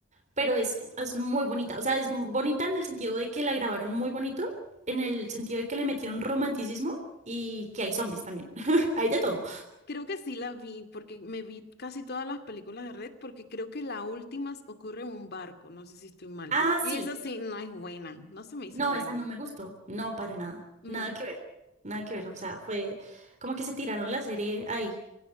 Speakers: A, on the right; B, on the left.
A: pero es, es muy bonita. O sea, es bonita en el sentido de que la grabaron muy bonito, en el sentido de que le metieron romanticismo y que hay zombies también. <laughs> Hay de todo.
B: Creo que sí la vi porque me vi casi todas las películas de Red porque creo que la última ocurre en un barco, no sé si estoy mal.
A: Ah,
B: Y
A: sí.
B: esa sí no es buena, no se me hizo
A: No,
B: buena.
A: esa no me gustó. No, para nada.
B: Mm.
A: Nada que ver. Nada que ver. O sea, fue como que se tiraron la serie ahí,